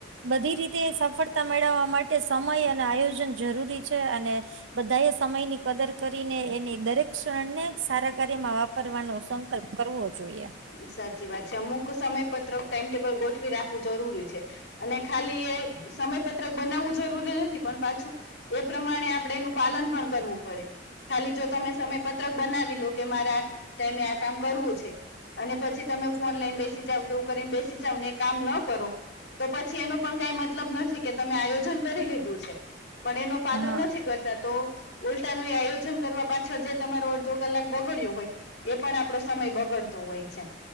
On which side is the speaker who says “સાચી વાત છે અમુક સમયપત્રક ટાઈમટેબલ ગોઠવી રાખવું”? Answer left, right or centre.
Left